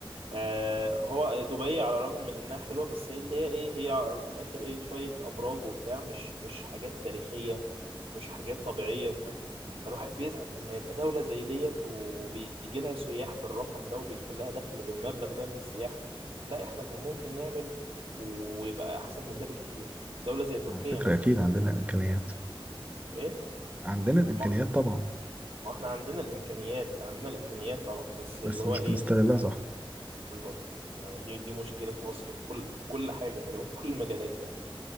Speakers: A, on the right; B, on the right.
A: آه، هو دبي على الرغم من انها حلوه بس هي اللي هي ايه هي في الاخر ايه شويه ابراج وبتاع مش مش حاجات تاريخيه مش حاجات طبيعيه فالواحد بيزعل لما يبقى دوله زي ديت وبيجي لها سياح بالرقم ده وبيدخل لها دخل بالمبلغ ده من السياحه لا احنا كان ممكن نعمل ويبقى احسن من ده بكتير دوله زي تركيا
B: على فكرة
A: مثلا
B: أكيد
A: تركيا
B: عندنا الإمكانيات
A: ايه
B: عندنا الإمكانيات
A: ما
B: طبعا
A: ما احنا عندنا الامكانيات عندنا الامكانيات طبعا بس اللي
B: بس
A: هو
B: مش
A: ايه
B: بنستغلها صح
A: بالظبط يعني دي دي مشكلة مصر في كل في كل حاجة تقريبا في كل المجالات يعني